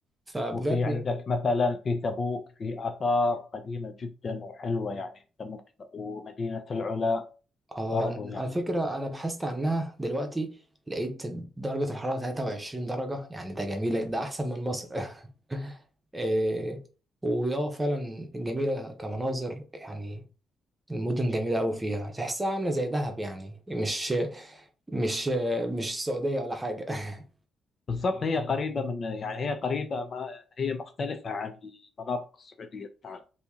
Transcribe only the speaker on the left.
وفي عندك مثلا في تبوك في آثار قديمة جدا وحلوة يعني أنت ممكن ومدينة العلا
برضو
يعني
بالضبط هي قريبة من يعني هي قريبة ما هي مختلفة عن المناطق السعودية بتاعنا